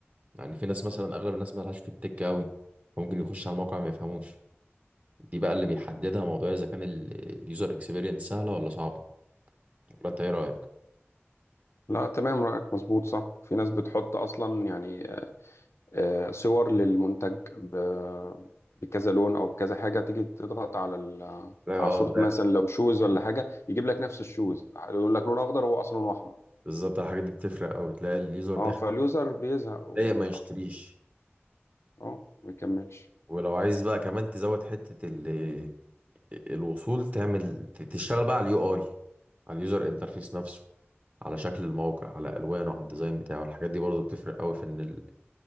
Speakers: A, on the right; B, on the left.
A: يعني في ناس مثلا اغلب الناس مالهاش في التك قوي فممكن يخش على الموقع ما يفهموش دي بقى اللي بيحددها موضوع اذا كان اليوزر اكسبيرينس سهلة ولا صعبة ولا انت ايه رأيك؟
B: لا تمام رأيك مظبوط صح في ناس بتحط اصلا يعني آه، صور للمنتج ب- بكذا لون او بكذا حاجه تيجي تضغط على ال-
A: لا
B: على
A: اه
B: صوره مثلا لو شوز ولا حاجه يجيب لك نفس الشوز يقول لك لون اخضر هو اصلا لونه احمر
A: بالظبط الحاجات دي بتفرق قوي تلاقي اليوزر داخل
B: اه فاليوزر بيزهق ويطلع
A: ضايق ما يشتريش
B: اه ما يكملش
A: ولو عايز بقى كمان تزود حتة ال- الوصول تعمل ت- تشتغل بقى على اليو اي على اليوزر انترفيس نفسه على شكل الموقع على الوانه على الديزاين بتاعه الحاجات دي برضه بتفرق قوي في ان ال-